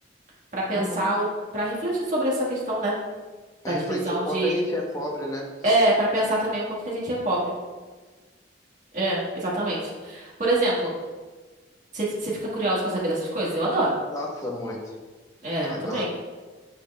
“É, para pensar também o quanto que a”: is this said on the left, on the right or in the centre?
Right